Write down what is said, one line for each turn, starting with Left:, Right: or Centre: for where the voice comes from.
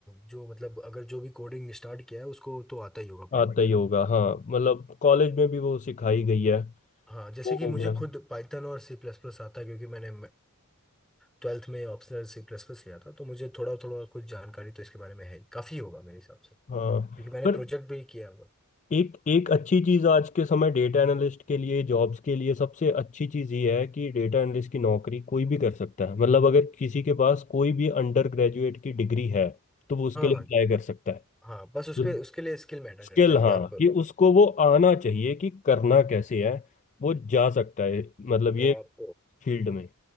Centre: जो मतलब अगर जो भी कोडिंग स्टार्ट किया है उसको तो आता ही होगा
Left: आता ही होगा हाँ मतलब कॉलेज में भी वो सिखाई गई है
Centre: हाँ जैसे
Left: वो
Centre: कि
Left: हो
Centre: मुझे
Left: गया
Centre: खुद पाइथन और सी प्लस प्लस आता है क्योंकि मैंने ट्वेल्थ में ऑप्शनल सी प्लस प्लस लिया था तो मुझे थोड़ा थोड़ा कुछ जानकारी तो इसके बारे में है ही काफ़ी होगा मेरे हिसाब से
Left: हाँ
Centre: क्योंकि मैंने
Left: पर
Centre: प्रोजेक्ट भी किया हुआ
Left: एक एक अच्छी चीज़ आज के समय डेटा एनालिस्ट के लिए जॉब्स के लिए सबसे अच्छी चीज़ ये है कि डेटा एनालिस्ट की नौकरी कोई भी कर सकता है मतलब अगर किसी के पास कोई भी अंडर ग्रेजुएट की डिग्री है तो वो उसके
Centre: हाँ
Left: लिए अप्लाई कर सकता है
Centre: हाँ बस उसके
Left: जो
Centre: उसके लिए स्किल मैटर
Left: स्किल
Centre: करता है
Left: हाँ
Centre: कि आप
Left: कि उसको वो आना चाहिए कि करना कैसे है वो जा सकता है मतलब
Centre: तो
Left: ये
Centre: आप
Left: फील्ड में